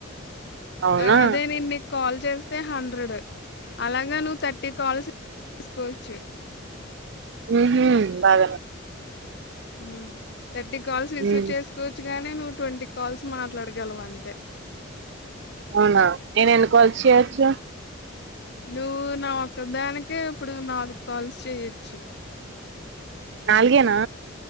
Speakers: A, on the right; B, on the left.
A: అవునా
B: ఆ అదే నేన్ నిక్ కాల్ చేస్తే హండ్రెడ్ అలాగా నువ్వు థర్టీ కాల్స్ చేసుకోవచ్చు.
A: హ్ మ్ బాగానే
B: మ్ థర్టీ కాల్స్ రిసీవ్
A: హ్మ్.
B: చేసుకోవచ్చు. గానే నువ్వు ట్వంటీ కాల్స్ మాట్లాడగలవు అంతే
A: అవునా నేను ఎన్ని కాల్స్ చేయొచ్చు.
B: నువ్వు నా ఒక్క దానికే ఇప్పుడు నాలుగు కాల్స్ చెయొచ్చు.
A: నాలుగేనా